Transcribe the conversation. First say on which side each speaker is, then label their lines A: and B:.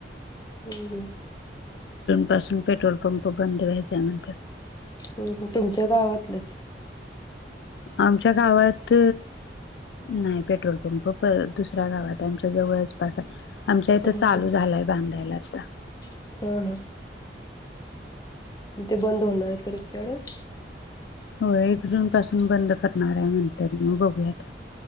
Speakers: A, on the left (about 20°); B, on the left (about 80°).
A: हम हम.
B: पासून पेट्रोल पंप बंद व्हायचा म्हणतात.
A: हम् तुमच्या गावातलंच.
B: आमच्या गावात नाही पेट्रोल पंप परत दुसऱ्या गावात आमच्या जवळचपास आहे. आमच्या इथं
A: हम्म
B: चालू झालाय बांधायला आता.
A: हम्म हा हा ते बंद होणार कत तेवढ-
B: हो एक जून पासून बंद करणार आहे म्हण. बघूयात